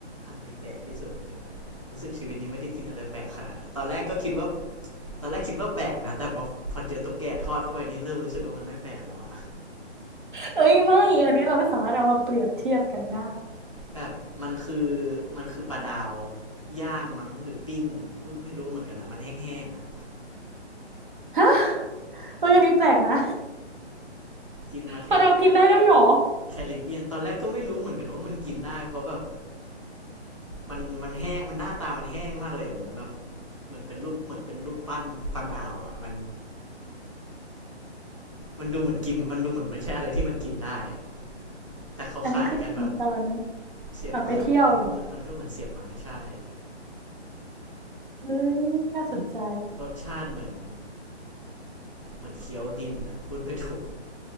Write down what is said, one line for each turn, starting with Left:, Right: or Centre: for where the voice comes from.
Left: อะไรแปลกที่สุดเออรู้สึกชีวิตนี้ไม่ได้กินอะไรแปลกขนาดตอนแรกก็คิดว่าตอนแรกคิดว่าแปลกนะแต่พอพอเจอตุ๊กแกทอดเข้าไปนี่เริ่มรู้สึกว่ามันไม่แปลกแล้วอะ
Right: เอ้ยไม่อันนี้เราไม่สามารถเอามาเปรียบเทียบกันได้
Left: แบบมันคือมันคือปลาดาวย่างมั้งหรือปิ้งพูดไม่รู้เหมือนกันอะมันแห้งๆอะ
Right: ฮะเอ้ยอันนี้แปลกนะ
Left: กินมาแถบ
Right: พะเรากินได้ด้วยเหรอ
Left: แคริบเบียนตอนแรกก็ไม่รู้เหมือนกันว่ามันกินได้เพราะแบบมันมันแห้งมันหน้าตามันแห้งมากเลยเหมือนแบบเหมือนเป็นรูปเหมือนเป็นรูปปั้นปลาดาวอะมันมันดูเหมือนกินมันดูเหมือนไม่ใช่อะไรที่มันกินได้อะแต่เขาขายกันแบบ
Right: อันนี้คือกินตอน
Left: เสียบไม้มันก็เหมือนมันก็เหมือนเสียบไม้ใช่
Right: ตอนไปเที่ยวเหรอ เอ้ยน่าสนใจ
Left: รสชาติเหมือนเหมือนเคี้ยวดินอะพูดไม่ถูก